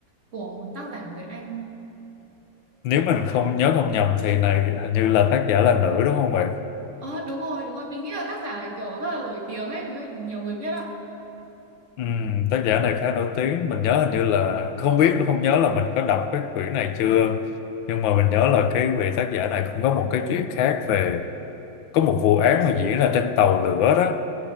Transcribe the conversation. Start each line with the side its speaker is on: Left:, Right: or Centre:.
Right: của một tác giả người Anh
Left: nếu mình không nhớ không nhầm thì này hình như là tác giả là nữ đúng không bạn
Right: ờ đúng rồi đúng rồi mình nghĩ là tác giả này kiểu rất là nổi tiếng ấy thế nên là nhiều người biết ạ
Left: Ừ, tác giả này khá nổi tiếng mình nhớ hình như là không biết không nhớ là mình có đọc cái quyển này chưa nhưng mà mình nhớ là cái vị tác giả này cũng có một cái chuyện khác về có một vụ án mà diễn ra trên tàu lửa đó